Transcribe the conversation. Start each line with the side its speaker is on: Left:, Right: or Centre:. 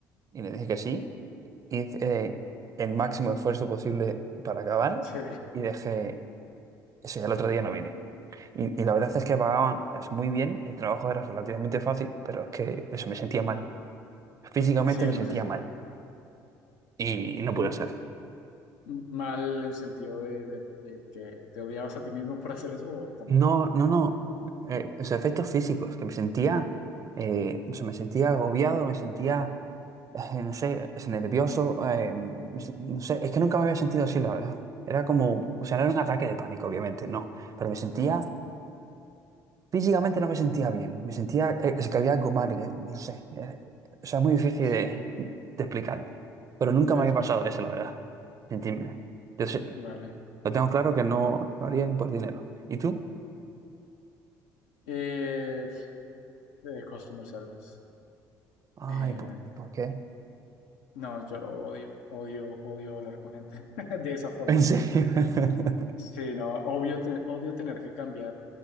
Right: Y le dije que sí. Hice eh, el máximo esfuerzo posible para acabar
Left: sí,
Right: y dejé, eso ya el otro día no vine. Y, y la verdad es que pagaban es muy bien, el trabajo era relativamente fácil, pero es que eso me sentía mal. Físicamente
Left: sí,
Right: me
Left: no
Right: sentía
Left: sé, si-
Right: mal y no pude
Left: m-
Right: hacer.
Left: m- mal en sentido de, de- de que te odiabas a ti mismo por hacer eso o cómo.
Right: No, no, no. eh, los efectos físicos, que me sentía, eh, o sea, me sentía agobiado, me sentía, eh, no sé, es nervioso, eh, me sen- no sé, es que nunca me había sentido así, la verdad. Era como, o sea, no era un ataque de pánico, obviamente, no, pero me sentía Físicamente no me sentía bien, me sentía, eh, es que había algo mal, que, no sé, eh, o sea, muy difícil
Left: Sí.
Right: de, de explicar, pero nunca
Left: Sí,
Right: me
Left: despu-
Right: había pasado eso, la verdad, sentirme. Entonces,
Left: vale.
Right: lo tengo claro que no lo haría ni por dinero. ¿Y tú?
Left: Eh, eh, customer service.
Right: Ay,
Left: Eh,
Right: ¿por, por qué?
Left: no, yo lo odio. Odio, odio hablar con gente <laughs> de esa forma,
Right: ¿En
Left: ¿no?
Right: serio? <laughs>
Left: Sí, no, obvio te- odio tener que cambiar